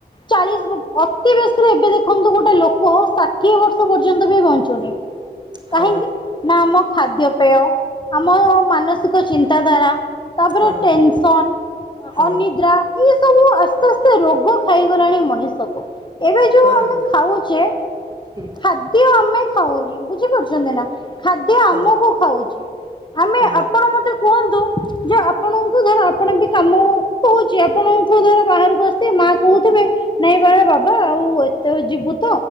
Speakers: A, on the left (about 25°); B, on the right (about 25°).
A: ଚାଳିଶ ବ, ଅତି ବେଶୀରେ ଏବେ ଦେଖନ୍ତୁ ଗୋଟେ ଲୋକ ଷା ଷାଠିଏ ବର୍ଷ ପର୍ଯ୍ୟନ୍ତ ବି ବଞ୍ଚୁନି,
B: ହଁ
A: କାହିଁକି? ନା ଆମ ଖାଦ୍ୟପେୟ, ଆମ ମାନସିକ ଚିନ୍ତାଧାରା ତାପରେ
B: ହଁ
A: ଟେନସନ,
B: ହଁ
A: ଅନିଦ୍ରା ଏ ସବୁ ଆସ୍ତେ ଆସ୍ତେ ରୋଗ ଖାଇ ଗଲାଣି ମଣିଷକୁ। ଏବେ ଯୋଉ
B: ହଁ
A: ଆମେ
B: ନିହାତି
A: ଖାଉଛେ
B: ହୁଁ
A: ଖାଦ ଦ୍ୟ ଆମେ ଖାଉନେ। ବୁଝିପାରୁଛନ୍ତି ନା? ଖାଦ୍ୟ ଆମକୁ
B: ହଁ
A: ଖାଉଛି। ଆମ
B: ନିହାତି।
A: ମତେ କୁହନ୍ତୁ ଯେ ଆପଣଙ୍କୁ ଧର ଆପଣ ବି କାମ କହୁଛି ଆପଣଙ୍କୁ ଧର ବାହାରକୁ ଆସିବ ମା କହୁଥିବେ ନାଇଁ ବାୟା ବାବା ଆଉ ଏତର ଯିବୁ ତ?